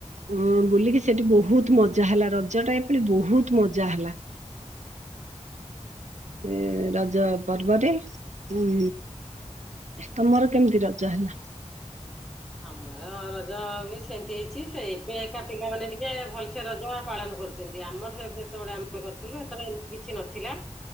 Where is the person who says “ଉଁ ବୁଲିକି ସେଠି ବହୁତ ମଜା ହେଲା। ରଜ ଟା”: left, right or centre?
Right